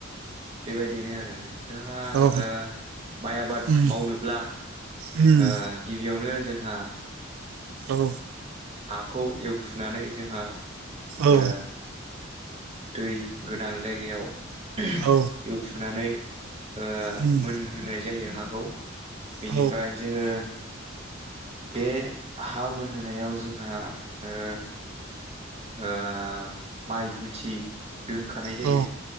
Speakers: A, on the right; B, on the right.
A: बेबायदिनो आरो। जोंहा
B: औ
A: ओ माइ आबाद
B: उम
A: मावनोब्ला
B: उम
A: ओ गिबियावनो जोंहा
B: औ
A: हाखौ एवखुनानै जोंहा
B: औ
A: ओ दै गोनां जायगायाव एवखुनानै
B: औ
A: ओ
B: उम
A: मोनहोनाय जायो हाखौ बेनिफ्राय
B: औ
A: जोङो बे हा मोनहोनायाव जोंहा ओ ओ माइ गुथि दोनखानाय जायो
B: औ